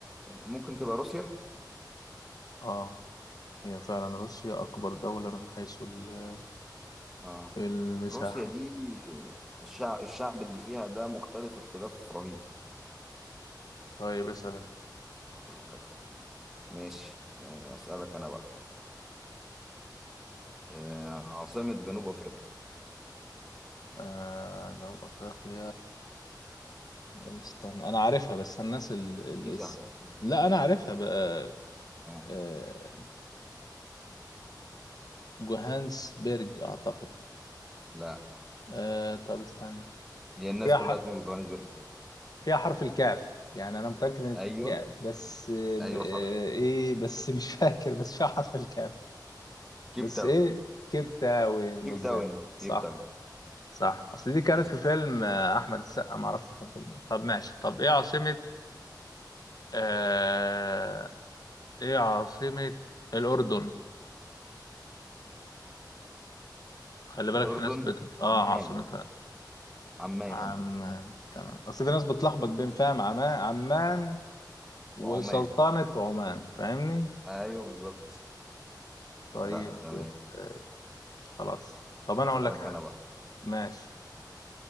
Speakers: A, in the centre; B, on the left.
A: ممكن تبقى روسيا
B: آه هي فعلا روسيا أكبر دولة من حيث ال-
A: آه
B: المساحة
A: روسيا دي الشعب الشعب اللي فيها ده مختلف اختلاف رهيب
B: طيب اسأل أنت
A: ولا حاجة ماشي آه، أسألك أنا بقى آه، عاصمة جنوب أفريقيا
B: آه جنوب أفريقيا استنى أنا عارفها بس الناس ال... الاسم
A: دي سهلة دي
B: لا أنا عارفها بقى
A: آه.
B: آه... آه، جوهانسبرج أعتقد
A: لا
B: آه طب استنى
A: هي الناس
B: فيها
A: كلها
B: ح...
A: تقول جوهانسبرج
B: فيها حرف الكاف يعني انا متاكد ان
A: أيوه
B: فيها كاف بس آه، ب-
A: أيوه
B: آه،
A: صح
B: ايه بس <laughs> مش فاكر بس فيها حرف الكاف
A: كيب
B: بس
A: تاون
B: ايه كبته وين
A: كيب
B: بالظبط
A: تاون
B: صح
A: كيب تاون
B: صح اصل دي كانت
A: ماشي
B: في فيلم
A: بس.
B: آه، احمد السقا ما اعرفش كان فيلم ايه طب ماشي طب ايه عاصمه آه... ايه عاصمه الاردن خلي
A: الأردن
B: بالك في ناس بتت... اه
A: عمان
B: عاصمتها
A: عمان
B: عمان تمام اصل في ناس بتلخبط بين فاهم عمان عمان وسلطنه
A: وعمان
B: عمان فاهمني
A: أيوه بالظبط
B: طيب
A: لا تمام
B: آه، خلاص طب انا
A: أسألك
B: اقول لك حاجه
A: أنا بقى
B: ماشي